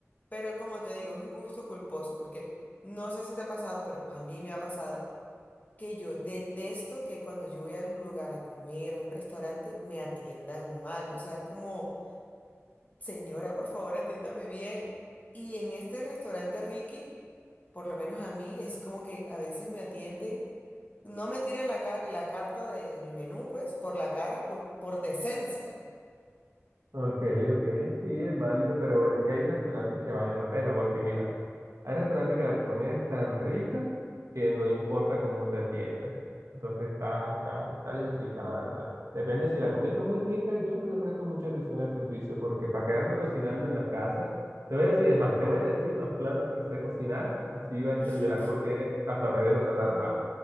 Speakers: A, on the left; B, on the right.
A: pero como te digo, es un gusto culposo, porque no sé si te ha pasado, pero a mí me ha pasado que yo detesto que cuando yo voy a un lugar a comer, a un restaurante, me atiendan mal, o sea, es como, señora, por favor, atiéndame bien. Y en este restaurante Ricky por lo menos a mí, es como que a veces me atienden, no me tiran la, car- la carta del menú, pues, por la cara, por, por decencia.
B: Ok, ok, sí, es válido, pero bueno, es que hay restaurantes que valen la pena, porque mira, Hay restaurantes que la comida es tan rica que no importa cómo te atiendan. Entonces está, está, está bien rica, la verdad. Depende si la comida es muy rica, yo no le presto mucha atención al servicio porque para quedarme cocinando en la casa, te voy a decir, es más, te voy a decir los platos que sé cocinar, así va- entenderás
A: <laughs>
B: por qué hasta me dejo tratar mal.